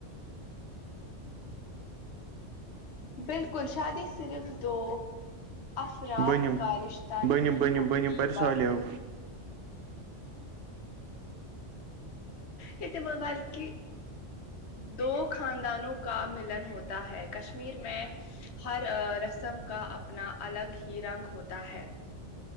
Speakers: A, on the left; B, on the right.
A: بالکل شادی صرف دو افراد
B: بنم
A: کا رشتہ
B: بنم
A: نہیں
B: بنم
A: ہوتی
B: بنم پر
A: بلکہ
B: سالیو
A: یہ تو موبائل کی دو خاندانوں کا ملن ہوتا ہے کشمیر میں ہر رسم کا اپنا الگ ہی رنگ ہوتا ہے